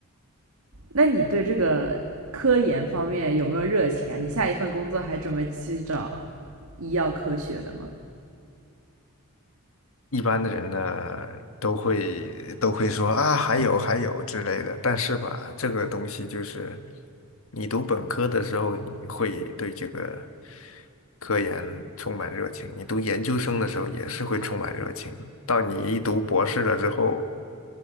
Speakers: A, on the right (about 75°); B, on the left (about 65°).
A: 那你对这个科研方面有没有热情啊？你下一份工作还准备去找医药科学的吗？
B: 一般的人呢，都会都会说啊，还有还有之类的。但是吧，这个东西就是你读本科的时候，你会对这个科研充满热情；你读研究生的时候也是会充满热情。到你一读博士了之后，